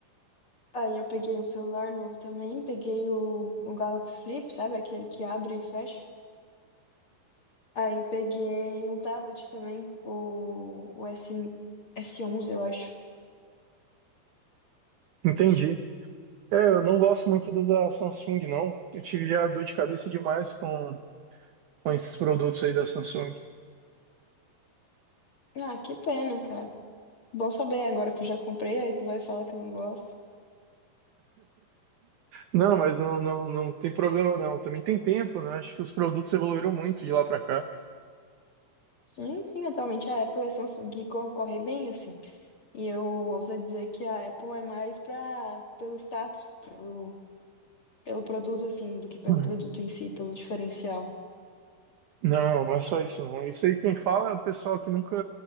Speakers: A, on the left; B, on the right.
A: Aí eu peguei um celular novo também, peguei o, o Galaxy Flip, sabe? Aquele que abre e fecha. Aí peguei um tablet também, o, o S, S11, eu acho.
B: Entendi. É, eu não gosto muito das da Samsung, não. Eu tive já dor de cabeça demais com com esses produtos aí da Samsung.
A: Ah, que pena, cara. Bom saber agora que eu já comprei, aí tu vai falar que eu não gosto.
B: Não, mas não, não, não tem problema não. Também tem tempo, né? Acho que os produtos evoluíram muito de lá pra cá.
A: Sim, sim, atualmente a Apple e a Samsung concorrem bem, assim. E eu ouso dizer que a Apple é mais pra, pelo status, pelo, pelo produto, assim, do que pelo
B: Hum.
A: produto em si, pelo diferencial.
B: Não, não é só isso não. Isso aí quem fala é o pessoal que nunca,